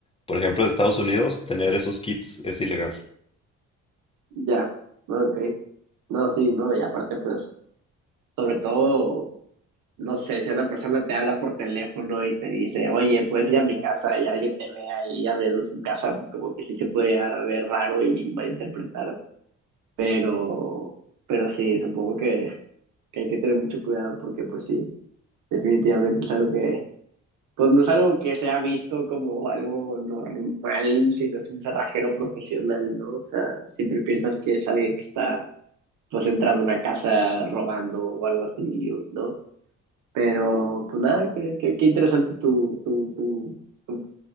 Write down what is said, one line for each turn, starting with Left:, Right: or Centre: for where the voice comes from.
Left: por ejemplo, de Estados Unidos, tener esos kits es ilegal.
Right: ya, ok. No, sí, no, y aparte pues, sobre todo no sé, si una persona te habla por teléfono y te dice, oye, puedes ir a mi casa y alguien te vea y abriendo su casa, pues como que sí se podría ver raro y malinterpretar. Pero, pero sí, supongo que, que hay que tener mucho cuidado porque pues sí, definitivamente es algo que, pues no es algo que se ha visto como algo normal, sino es un cerrajero profesional, ¿no? O sea, siempre piensas que es alguien que está pues entrando a una casa robando o algo así, ¿no? Pero, pues nada, qué, qué, qué interesante tu, tu, tu, tu,